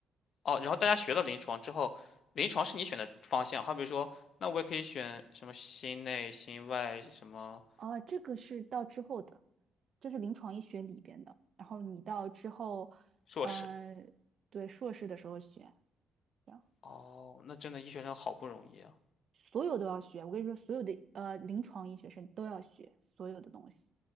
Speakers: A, on the left; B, on the right.
A: 哦，然后大家学了临床之后，临床是你选的方向。好比说，那我也可以选什么心内、心外什么
B: 哦，这个是到之后的，这是临床医学里边的。然后你到之后，
A: 硕士。
B: 嗯、对，硕士的时候学，这样
A: 哦，那真的医学生好不容易啊。
B: 所有都要学。我跟你说，所有的呃临床医学生都要学所有的东西，